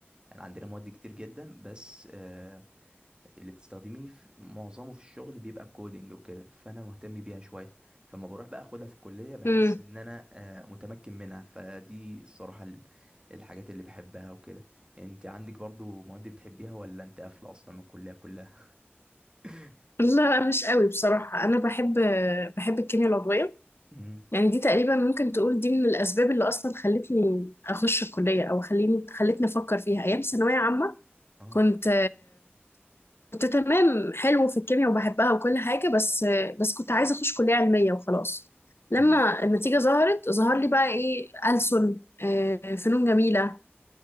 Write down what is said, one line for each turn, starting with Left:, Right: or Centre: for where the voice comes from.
Right: يعني عندنا مواد كتير جدا بس آه، اللي بتستخدميه في معظمه في الشغل بيبقى الكودينج وكده فانا مهتم بيها شويه فلما بروح بقى اخدها في الكليه بحس
Left: امم
Right: ان انا آه، متمكن منها فدي الصراحه ال- الحاجات اللي بحبها وكده انت عندك برضو مواد بتحبيها ولا انت قافله اصلا من الكليه كلها <laughs>
Left: لا مش قوي بصراحة انا بحب بحب الكيمياء العضوية
Right: امم
Left: يعني دي تقريبا ممكن تقول دي من الاسباب اللي اصلا خلتني اخش الكلية او خليني خلتني افكر فيها ايام ثانوية عامة
Right: اه
Left: كنت كنت تمام حلو في الكيمياء وبحبها وكل حاجة بس بس كنت عايزة أخش كلية علمية وخلاص لما
Right: امم
Left: النتيجة ظهرت ظهر لي بقى إيه ألسن آه، فنون جميلة